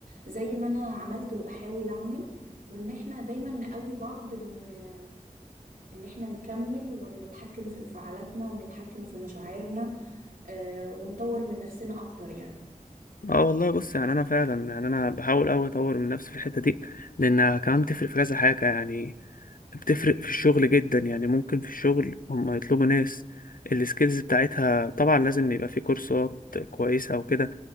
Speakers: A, on the right; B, on the left.
A: زي ما انا عملت وبحاول اعمل وان احنا دايما نقوي بعض ان ان احنا نكمل ونتحكم في انفعالاتنا ونتحكم في مشاعرنا آه، ونطور من نفسنا اكتر يعني
B: اه والله بص يعني انا فعلا يعني انا بحاول اوي اطور من نفسي في الحته دي لانها كمان بتفرق في كذا حاجه يعني بتفرق في الشغل جدا يعني ممكن في الشغل هم يطلبوا ناس السكيلز بتاعتها طبعا لازم يبقى في كورسات كويسه او كده